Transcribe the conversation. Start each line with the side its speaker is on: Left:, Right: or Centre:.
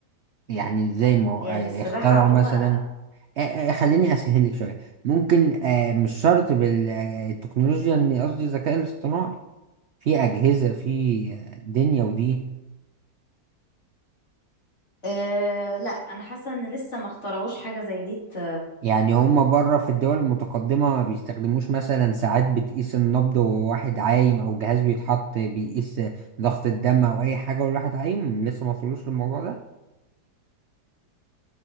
Right: يعني إزاي ما
Left: يعني
Right: آه،
Left: السباحة
Right: اخترعوا
Left: عومة
Right: مثلا آه، آه، خليني اسهل لك شويه ممكن آه، مش شرط
Left: تمام
Right: بالتكنولوجيا اني قصدي الذكاء الاصطناعي في اجهزه في آه، دنيا ودين
Left: أه لا انا حاسة ان لسه ما اخترعوش حاجة زي دي ت-
Right: يعني هما بره في الدول المتقدمه ما بيستخدموش مثلا ساعات بتقيس النبض وهو واحد عايم او جهاز بيتحط بيقيس ضغط الدم او اي حاجه والواحد عايم لسه ما وصلوش للموضوع ده